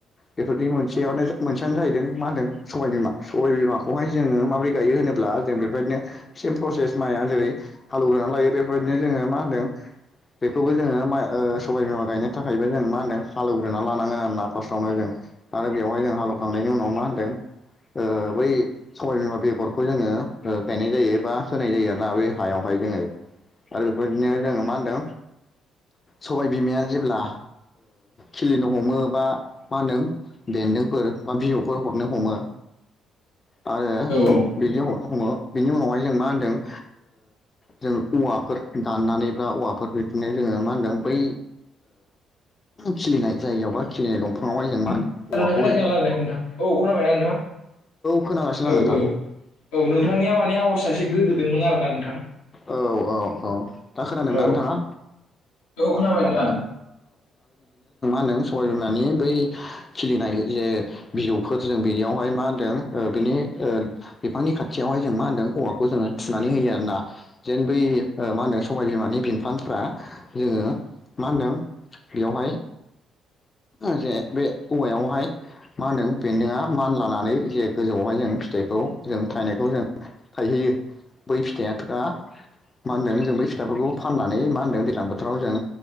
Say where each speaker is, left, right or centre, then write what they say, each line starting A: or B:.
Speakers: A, on the left; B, on the left.
A: बेफोरदि मोनसेयावनो मोनसेयानो जाहैदों मा होनादों सबाय बिमा सबाय बिमाखौहाय जोङो माबोरै गायो होनोब्ला जों बेबायदिनो सेम प्रसेस माइया जेरै हालौग्रोनानै लायो बेफोरबायदिनो जोङो मा होनदों बेखौबो जोङो मा सबाय बिमा गायनो थाखायबो जों मा होनदों हालौव्रोना लानांगोन आरोना फार्स्टआवनो जों आरो बेवहाय जों हालोवखांनायनि उनाव मा होन्दों ओ बै सबायबिमा बेगरखौ जोङो गायनाय जायो बा होनाय जायो आरोना बे हायाव जोंङो आरो बेफोरदिनो जोंङो मा होनदों सबाय बिमाया जेब्ला खिलिनो हमो बा मा होनदों बेन्दोंफोर बा बिजौफोर हरनो हमो आरो
B: औ
A: बेनि हमो बेनि उनावहाय जों मा होनदों। जों औवाफोर दाननानैब्ला औवाफोर बिदिनो जोंङो मा होनदों बै खिलिनाय जायगायावबा खिलिनाय दंफां हाय जों मा होनो
B: खोनादोंना
A: औवाखौ
B: खोनायाखै नोंथां आं रायलायनायखौ नोंथां। औ खोनाबायना नोंथां औ
A: खोनागासिनो आं नोंथां
B: - औ- औ नोंथांनिया मानि आवास एसे गोदोदोंमोन आरो ना नोंथां
A: औ -'औ - औ दा खोनादोंनानै
B: औ
A: थांङा।
B: खोनाबाय नोंथां
A: होनदों सबाय बिमानि बै खिलिनाय जे बिजौफोर जों बेनियावहाय मा होनदों बिनि बिफांनि खाथियावहाय जों मा होनदों औवाखौ जोंङो थुनानै होयो आरो ना। जेन बै मा होनदों सबाय बिमानि बिफांफ्रा जोंङो मा होनदों। बेयावहाय से बे औवायावहाय मा होनदों बेन्दोंआ मान लानानै जे गोजौआवहाय जों फिथाइखौ जों थाइनायखौ जों थायहैयो बै फिथाइआथ' दा मा होनदों जों बै फिथ्लाफोरखौ फाननानै मा होनदों दैज्लां बोथोराव जों